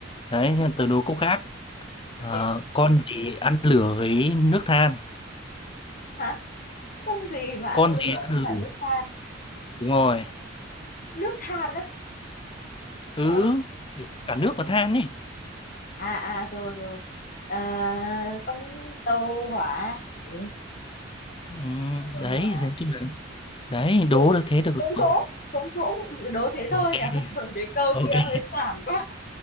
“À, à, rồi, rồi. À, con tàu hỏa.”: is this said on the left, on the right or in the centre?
Left